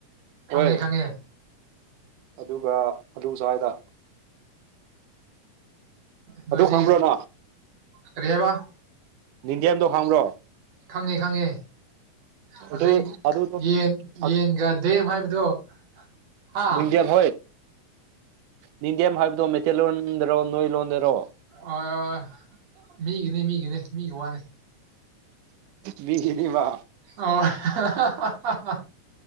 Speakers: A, on the right; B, on the right.
A: ꯈꯪꯉꯦ
B: ꯑꯣꯏ
A: ꯈꯪꯉꯦ
B: ꯑꯗꯨꯒ ꯑꯥꯂꯨ ꯆꯥꯏꯗ
A: ꯅꯣꯏꯗꯤ
B: ꯑꯗꯨ ꯈꯥꯡꯕ꯭ꯔꯣꯅꯪ
A: ꯀꯔꯤ ꯍꯥꯏꯕ
B: ꯅꯤꯡꯗꯦꯝꯗꯣ ꯈꯪꯕ꯭ꯔꯣ
A: ꯈꯪꯉꯦ ꯈꯪꯉꯦ ꯍꯧꯖꯤꯛ
B: ꯑꯗꯨ ꯑꯗꯨꯗꯣ
A: ꯌꯦꯟ
B: ꯑꯗꯨ
A: ꯌꯦꯟꯒ ꯗꯦꯝ ꯍꯥꯏꯕꯗꯣ ꯍꯥ
B: ꯌꯦꯟꯗꯦꯝ ꯍꯣꯏ ꯅꯤꯡꯗꯦꯝ ꯍꯥꯏꯕꯗꯣ ꯃꯩꯇꯩꯂꯣꯟꯗꯔꯣ ꯅꯣꯏ ꯂꯣꯟꯗꯔꯣ
A: ꯑꯣꯏ ꯃꯤꯒꯤꯅꯤ ꯃꯤꯒꯤꯅꯦ ꯃꯤꯒꯤ ꯋꯥꯅꯤ
B: ꯃꯤꯒꯤꯅꯤꯕ
A: ꯑꯣ <unintelligible>